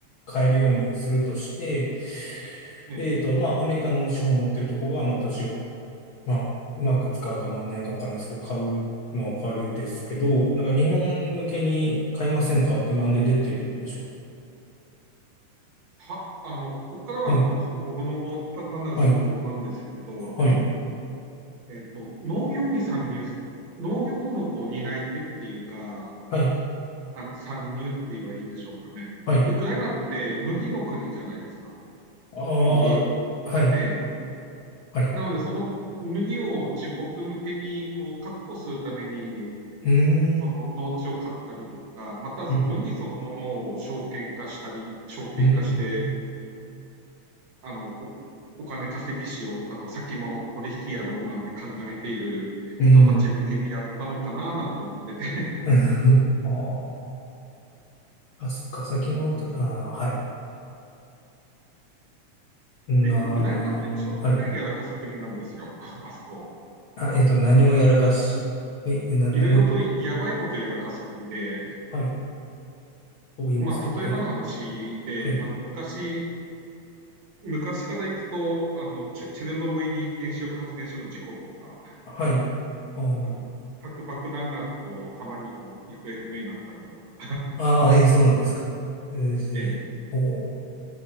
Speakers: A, on the left (about 65°); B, on the right (about 60°).
A: 買えるようにするとして、
B: うん。
A: えっと、まあ、アメリカの資本を持ってるとこが、まあ、土地を、まあ、うまく使うか、まあ、何かわかんないですけど、買うのはわかるですけど、なんか日本向けに買いませんかってなんで出てるんでしょ
B: は、あの、ここからはの僕の
A: う。はい、
B: 単なる想像なんですけど、
A: はい、はい、
B: えっと、農業に参入、農業のこう担い手っていうか、
A: はい、
B: 参参入って言えばいいんでしょうかね。
A: はい。
B: ウクライナって麦の国じゃないですか、
A: ああ、
B: 小麦を。
A: はい、
B: ええ、
A: はい。う
B: なので、その麦を自国向けにこう確保するために、
A: ー
B: その農地を買ったりとか、
A: ん、
B: またその麦そのものを証券化したり、
A: うん、
B: 証券化して、
A: うん、
B: あのおお金稼ぎしよう、あの先物取引やろうなんて考えている人たち向けにやったのかななんて思ってて
A: うん、うん。<laughs> ああー。あ、そっか、先物取り、あー、はい。なー、
B: で、ウクライナってちょいちょいやらかす国なんですよ、
A: はい。
B: あそこ。
A: あ、えっと、何をやらかし、え、な、な、
B: いろいろとやばいことやらかす国で、
A: もう、はい。と言いますと、
B: まあ、例えばの話で、
A: はい。はい。
B: まあ、昔、昔から行くと、あの、チェチェルノブイリ原子力発電所の事故とか、
A: はい。あー
B: あの、核爆弾がこう、たまにこう、行方不明になったりとか、
A: あー、えー、そうなんですか。えー、それで、
B: ええ。
A: おー、